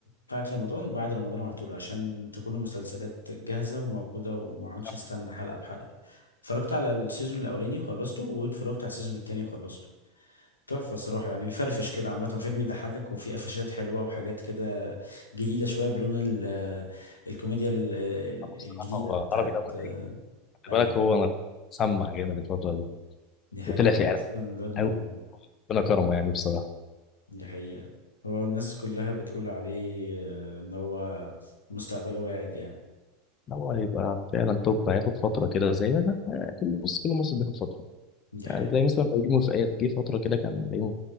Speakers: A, on the left; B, on the left.
A: بتاعت رمضان بعد رمضان على طول عشان تكون المسلسلات جاهزه وموجوده وما اقعدش
B: كان
A: استنى حلقه بحلقه اتفرجت على السيزون الاولاني وخلصته واتفرجت على السيزون التاني وخلصته تحفه الصراحه يعني بيفرفش كده عامه فيلم بيضحكك وفيه قفشات حلوه وحاجات كده جديده شويه بلون ال- الكوميديا ال-
B: هو بصراحه
A: الجديده
B: هو
A: بتاعت
B: عربي ده مضحك جدا. خلي
A: ايوه
B: بالك هو سمع جامد الفتره دي
A: دي حقيقه
B: وطلع فعلا
A: هو اصلا الواد موهوب
B: قوي ربنا كرمه يعني بصراحه
A: دي حقيقة هو الناس كلها بتقول عليه آه، ان هو مستقبله واعد يعني
B: هو هيبقى فعلا توب هياخد فتره كده زي ما كل بص كل موسم بياخد فتره
A: دي
B: يعني
A: حقيقة
B: زي مثلا بيومي فؤاد جه فتره كده كان بيومي